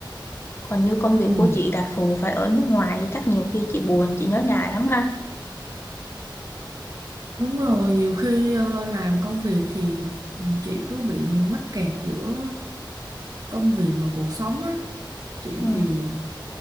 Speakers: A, on the left; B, on the right.
A: còn như công việc
B: ừ.
A: của chị đặc thù phải ở nước ngoài chắc nhiều khi chị buồn chị nhớ nhà lắm ha
B: Đúng rồi nhiều khi ờ, làm công việc thì ừ, chị cứ bị mắc kẹt giữa công việc và cuộc sống á chị
A: ừ.
B: thì